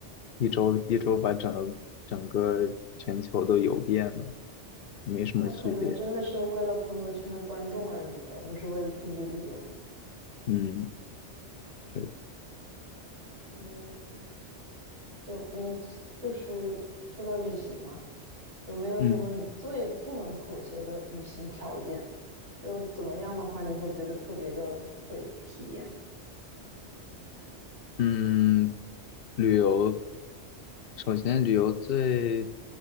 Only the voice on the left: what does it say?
一周一周把整个整个全球都游遍了，没什么区别。
嗯，确实
嗯
嗯，旅游首先旅游最